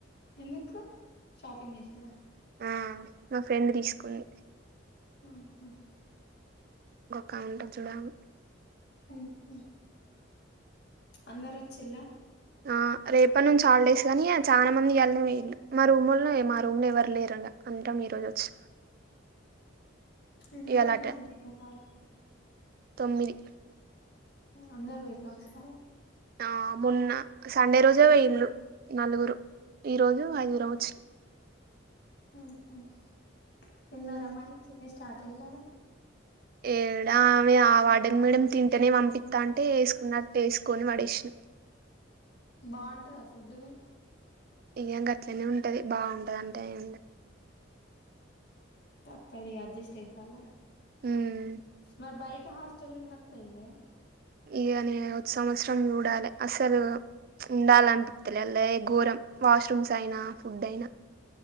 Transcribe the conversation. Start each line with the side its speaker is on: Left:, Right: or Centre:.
Left: ఎందుకు షాపింగ్ చేసిన్ల
Right: ఆ మా ఫ్రెండ్ తీసుకుంది
Left: ఆహా
Right: కౌంటర్ చూడాల
Left: ఉహు అందరు వచ్చిన్ల
Right: ఆ రేపటి నుంచి హాల్డేస్ కాని చాలా మందికి ఇవ్వాలనే పోయిన్లు మా రూమ్ మా రూమ్ లో ఎవరు లేరు అందరం ఈ రోజు వచ్చి
Left: ఎంత
Right: ఇయ్యాల
Left: మంది
Right: అట
Left: మీరు వాళ్ళ
Right: తొమ్మిది
Left: అందరు పోయిన్ల ఒకసారే
Right: ఆ మొన్న సండే రోజే పోయిన్లు నలుగురు ఈ రోజు ఐదుగురం వచ్చినం
Left: ఉహు తిన్నారా
Right: ఉమ్.
Left: మరి తినేసి స్టార్ట్ అయినాక ఆడ
Right: ఏడా ఆమె ఆ వాడని మేడం తింటేనే పంపిించ తంటే వేసుకున్నట్టు వేసుకొని వడేసు
Left: బాగుంటదా ఫుడ్ మీకు
Right: ఇయంగా గట్లనే ఉంటది బాగుంటది అంటే ఏ
Left: తప్పది అడ్జస్ట్ అయి పల్ల
Right: ఉమ్
Left: మరి బయ హాస్టల్ ఉండకపోయిందే
Right: ఇగా నేను సంవత్సరం చూడాలి అసలు ఉండాలనిపించలే అలా ఘోరం వాష్రూమ్స్ అయినా ఫుడ్ అయినా